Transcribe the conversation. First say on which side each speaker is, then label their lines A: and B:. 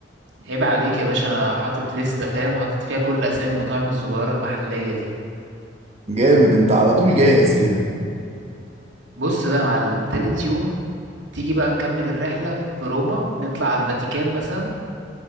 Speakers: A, on the right; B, on the right.
A: عيب عليك يا باشا انا حاطط لستة فاهم حاطط فيها كل اسامي المطاعم الصغيرة المحلية دي
B: جامد انت على طول جاهز كده
A: بص بقى يا معلم تالت يوم تيجي بقى نكمل الرحلة في روما نطلع على الفاتيكان مثلا